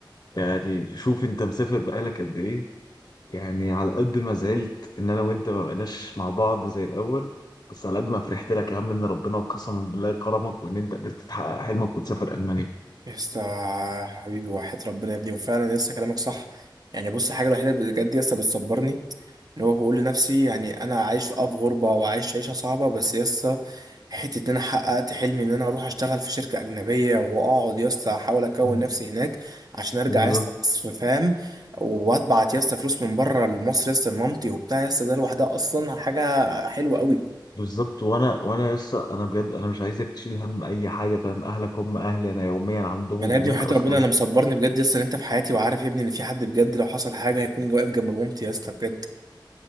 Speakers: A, on the left (about 45°); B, on the right (about 50°).
A: يعني شوف انت مسافر بقالك قد ايه يعني على قد ما زعلت ان انا وانت ما بقناش مع بعض زي الاول بس على قد ما فرحت لك يا عم ان ربنا قسما بالله كرمك وان انت قدرت تحقق حلمك وتسافر المانيا
B: يا اسطى حبيبي وحياة ربنا يا ابني وفعلا يا اسطى كلامك صح يعني بص الحاجه الوحيده بجد يا اسطى بتصبرني اللي هو بقول لنفسي يعني انا عايش في اه في غربه وعايش عيشه صعبه بس يسا حته ان انا حققت حلمي ان انا اروح اشتغل في شركه اجنبيه واقعد يسا احاول اكون
A: مم.
B: نفسي هناك عشان ارجع
A: بالظبط
B: يسا مصر فاهم واتبعت يسا فلوس من بره لمصر يسا لمامتي وبتاع يسا ده لوحدها اصلا حاجه حلوه قوي
A: بالظبط وانا وانا لسه انا بجد انا مش عايزك تشيل هم اي حاجه فاهم اهلك هم اهلي انا يوميا عندهم
B: ما انا يا
A: هناك
B: ابني وحياة
A: اصلا
B: ربنا انا مصبرني بجد يسا ان انت في حياتي وعارف يا ابني ان في حد بجد لو حصل حاجه هيكون واقف جنب مامتي يسا بجد